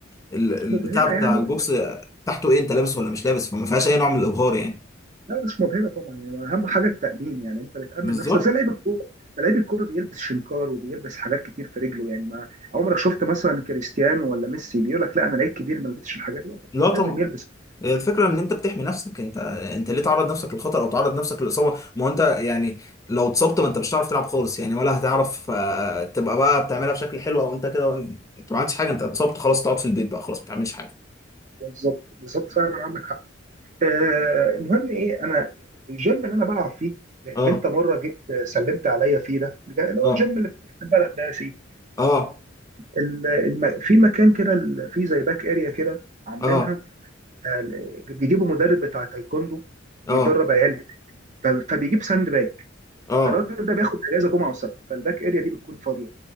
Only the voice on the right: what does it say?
مش
مبهره
يعني
لا مش مبهرة طبعا يعني أهم حاجة التأمين يعني أنت اللي تأمن
نفسك زي لعيب الكورة ما لعيب الكورة بيلبس شنكار وبيلبس حاجات كتير في رجله يعني ما عمرك شفت مثلا كريستيانو ولا ميسي بيقول لك لا أنا لعيب كبير ما لبسش الحاجات دي لا طبعاً،
لازم يلبس
بالظبط بالظبط فعلا عندك حق آه، المهم إيه أنا الجيم اللي أنا بلعب فيه اللي
أنت مرة جيت سلمت عليا فيه ده اللي هو
الجيم اللي في البلد ده يا سيدي
ال- الم... في مكان كده ال- في زي باك اريا كده عاملينها
آه، بيجيبوا مدرب بتاع تايكوندو بيدرب
عيال ف- فبيجيب ساند باك
الراجل ده بياخد اجازه جمعه وسبت فالباك اريا دي بتكون فاضيه